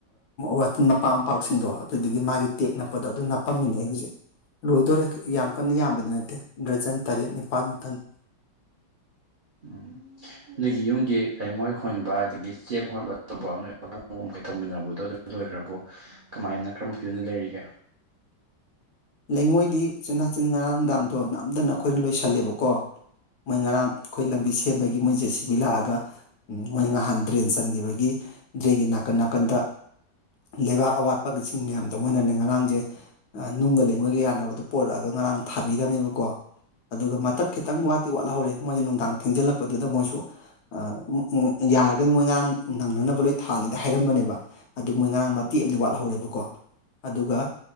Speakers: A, on the left (about 65°); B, on the right (about 50°).
A: ꯋꯇꯤꯟ ꯃꯄꯛꯥꯃꯄꯛ ꯁꯤꯡꯗꯣ ꯑꯗꯨꯗꯨꯒꯤ ꯃꯥꯒꯤ ꯇꯦꯛ ꯅꯞꯄꯗꯣ ꯑꯗꯨ ꯅꯞꯄꯝꯃꯤꯅꯦ ꯑꯩ ꯍꯧꯖꯤꯛ ꯂꯣꯏꯗꯣꯔꯦ ꯌꯥꯝ ꯀꯟꯅ ꯌꯥꯝꯕꯗꯤ ꯅꯠꯇꯦ ꯗ꯭ꯔꯖꯟ ꯇꯔꯦꯠ ꯅꯤꯄꯥꯜ ꯃꯨꯛꯇꯅꯦ
B: ꯎꯝ ꯅꯣꯏꯒꯤ ꯌꯨꯝꯒꯤ ꯂꯩꯉꯣꯏ ꯍꯣꯟꯕ ꯑꯗꯒꯤ ꯆꯦꯛ ꯍꯣꯟꯕ ꯇꯧ ꯅꯣꯏ ꯑꯣꯡ ꯀꯩ ꯊꯧꯃꯤꯟꯅꯕꯗꯣ ꯑꯗꯨ ꯂꯣꯏꯈ꯭ꯔꯕꯣ ꯀꯃꯥꯏꯅ ꯀꯔꯝꯕ ꯐꯤꯕꯝꯗ ꯂꯩꯔꯤꯒꯦ
A: ꯂꯩꯉꯣꯏꯗꯤ ꯎꯆꯤꯟ ꯅꯆꯤꯟ ꯉꯔꯥꯡ ꯅꯨꯡꯗꯥꯡꯗꯣ ꯅꯝꯗꯅ ꯑꯩꯈꯣꯏꯅ ꯂꯣꯏꯁꯜꯂꯦꯕꯀꯣ ꯃꯣꯏ ꯉꯔꯥꯡ ꯑꯩꯈꯣꯏ ꯂꯝꯕꯤ ꯁꯦꯝꯕꯒꯤ ꯃꯣꯏ ꯖꯦꯁꯤꯕꯤ ꯂꯥꯛꯑꯒ ꯃꯣꯏ ꯉꯍꯥꯟ ꯗ꯭ꯔꯦꯟ ꯆꯟꯈꯤꯕꯒꯤ ꯗ꯭ꯔꯦꯟꯒꯤ ꯅꯥꯀꯟ ꯅꯥꯀꯟꯗ ꯂꯩꯕꯥꯛ ꯑꯋꯥꯠꯄꯁꯤꯡ ꯃꯌꯥꯝꯗꯣ ꯃꯣꯏꯅꯅꯦ ꯉꯔꯥꯡꯁꯦ ꯅꯨꯡꯒ ꯂꯩ ꯃꯣꯏꯒ ꯌꯥꯅꯕꯗꯣ ꯄꯣꯔꯛꯑꯒ ꯉꯔꯥꯡ ꯊꯥꯕꯤꯔꯝꯃꯦꯕꯀꯣ ꯑꯗꯨꯒ ꯃꯇꯠ ꯈꯤꯇꯪ ꯋꯥꯠꯇꯤ ꯋꯥꯠꯍꯧꯔꯦ ꯃꯣꯏꯗꯤ ꯅꯨꯡꯗꯥꯡ ꯊꯦꯡꯖꯤꯜꯂꯛꯄꯗꯨꯗ ꯃꯣꯏꯁꯨ ꯑ ꯎꯝ ꯎꯝ ꯌꯥꯔꯒꯗꯤ ꯃꯣꯏ ꯉꯔꯥꯡ ꯅꯪꯅꯅꯕ ꯂꯣꯏ ꯊꯥꯅꯤꯗꯤ ꯍꯥꯏꯔꯝꯕꯅꯦꯕ ꯑꯗꯨ ꯃꯣꯏ ꯉꯔꯥꯡ ꯃꯇꯦꯛ ꯑꯃꯗꯤ ꯋꯥꯠꯍꯧꯔꯦꯕꯀꯣ ꯑꯗꯨꯒ